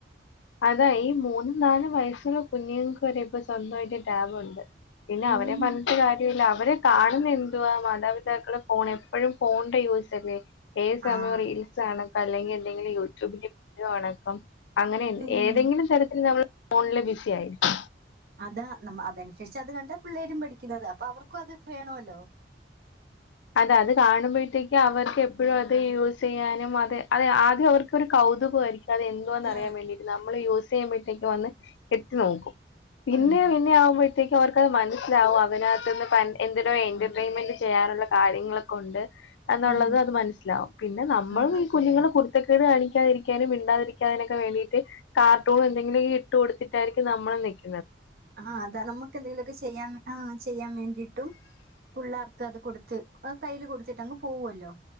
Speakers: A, on the left (about 85°); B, on the right (about 60°).
A: അതാ ഈ മൂന്നും നാലും വയസ്സുള്ള കുഞ്ഞുങ്ങക്ക് വരെ ഇപ്പ സ്വന്തായിട്ട് ടാബുണ്ട് പിന്നെ
B: ഉം
A: അവരെ പറഞ്ഞ് കാര്യവില്ല അവരെ കാണുന്ന എന്തുവാ മാതാപിതാക്കള് ഫോൺ എപ്പഴും ഫോണിന്റെ യൂസ്സല്ലേ ഏത് സമയം
B: ആഹ്
A: റീൽസ് കാണും അല്ലെങ്കി എന്തെങ്കിലും യൂട്യൂബില് വീഡിയോ <unintelligible> അങ്ങനെ എന്ത്
B: ഉം
A: ഏതെങ്കിലും തരത്തില് നമ്മള് ഫോണില് ബിസി ആയിരിക്കും
B: അതാ നമ് അതനുസരിച്ച് അത് കണ്ടാ പിള്ളേരും പഠിക്കുന്നത് അപ്പൊ അവർക്കും അത് വേണവല്ലോ
A: അതാ അത് കാണുമ്പഴ്ത്തേക്ക് അവർക്ക് എപ്പഴും അത് യൂസ് ചെയ്യാനും അതെ അതെ ആദ്യം അവർക്കൊരു കൗതുകവായിരിക്കും അത് എന്തുവാന്ന്
B: ഉം
A: അറിയാൻ വേണ്ടീട്ട് നമ്മള് യൂസ് ചെയ്യുമ്പഴ്ത്തേക്ക് വന്ന് എത്തി നോക്കും പിന്നെ
B: ഉം
A: പിന്നെ ആവുമ്പഴ് ത്തേക്ക് അവർക്കത് മനസ്സിലാവും അതിനകത്ത്നിന്ന് പ എന്തിനോ എന്റർടൈയിൻമെന്റ് ചെയ്യാനുള്ള കാര്യങ്ങളൊക്കെ ഒണ്ട് എന്നുള്ളത്
B: ഉം
A: അത് മനസ്സിലാവും പിന്നെ നമ്മളും
B: ആഹ്
A: <unintelligible> കുഞ്ഞുങ്ങള് കുരുത്തക്കേട് കാണിക്കാതിരിക്കാനും മണ്ടാതിരിക്കാനൊക്കെ വേണ്ടിയിട്ട് കാർട്ടൂണ് എന്തെങ്കിലു ഈ ഇട്ട് കൊടുത്തിട്ടായിരിക്കും നമ്മള് നിക്ക്
B: ആഹ് അതാ നമ്മക്ക് എന്തേങ്കിലൊക്കെ ചെയ്യാ ആഹ് ചെയ്യാൻ വേണ്ടീട്ടും പുള്ളാർക്ക് അത് കൊടുത്ത് അത് കൈയില് കൊടുത്തിട്ടങ്ങ് പോവുവല്ലോ